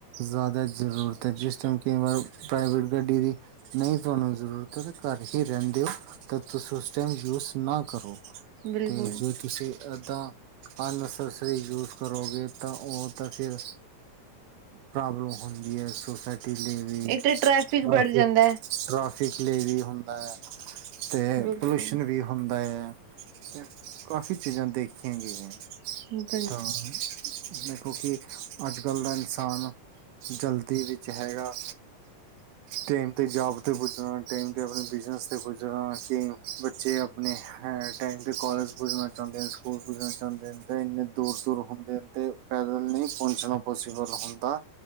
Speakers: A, on the right; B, on the right.
A: ਜ਼ਿਆਦਾ ਜ਼ਰੂਰਤ ਐ, ਜਿਸ ਟਾਈਮ ਕਈਂ ਵਾਰ ਪ੍ਰਾਈਵੇਟ ਗੱਡੀ ਦੀ ਨਹੀਂ ਤੁਹਾਨੂੰ ਜ਼ਰੂਰਤ ਹੈ ਤਾਂ ਘਰ ਹੀ ਰਹਿੰਦੇ ਹੋ, ਤਾਂ ਤੁਸੀ ਉਸ ਟਾਈਮ ਯੂਸ ਨਾ ਕਰੋ।
B: ਬਿਲਕੁਲ
A: 'ਤੇ ਜੇ ਤੁਸੀਂ ਏਦਾਂ, ਅ ਆਲਸਸ ਯੂਜ ਕਰੋਗੇ, ਤਾਂ ਉਹ ਤਾਂ ਫਿਰ ਪ੍ਰੋਬਲਮ ਹੁੰਦੀ ਹੈ, ਸੋਸਾਇਟੀ ਲਈ ਵੀ
B: ਇੱਕ ਤਾਂ ਟ੍ਰੈਫਿਕ
A: ਤਾਂ
B: ਬੜ ਜਾਂਦਾ
A: ਫਿਰ
B: ਹੈ
A: ਟ੍ਰੋਫਿਕ ਲਈ ਵੀ ਹੁੰਦਾ, ਤੇ
B: ਬਿਲਕੁਲ
A: ਪੌਲੂਸ਼ਨ ਵੀ ਹੁੰਦਾ ਏ, ਤੇ ਕਾਫ਼ੀ ਚੀਜ਼ਾਂ ਦੇਖੀਆਂ ਗਈਆਂ।
B: ਹੂੰ -
A: ਹਾਂ, ਦੇਖੋ ਕਿ ਅਜ-ਕੱਲ ਦਾ ਇਨਸਾਨ ਜਲਦੀ ਵਿੱਚ ਹੈਗਾ
B: <inaudible>
A: ਟੇਮ ਤੇ ਜੌਬ ਤੇ ਪੁੱਜਣਾ, ਟਾਈਮ 'ਤੇ ਆਪਣੇ ਬਿਜਨਸ ਤੇ ਪੁੱਜਣਾ, ਕਈ ਬੱਚੇ ਅਪ ਆਪਣੇ ਹੈ ਟਾਈਮ ਤੇ ਕੋਲਜ ਪੁੱਜਣਾ ਚਾਹੁੰਦੇ ਨੇ, ਸਕੂਲ ਪੁੱਜਣਾ ਚਾਹੁੰਦੇ, ਨੇ ਤਾਂ ਇੰਨੇ ਦੂਰ-ਦੂਰ ਹੁੰਦੇਨ ਤੇ, ਪੈਦਲ ਨਹੀਂ ਪਹੁੰਚਣਾ ਪੌਸੀਬਲ ਹੁੰਦਾ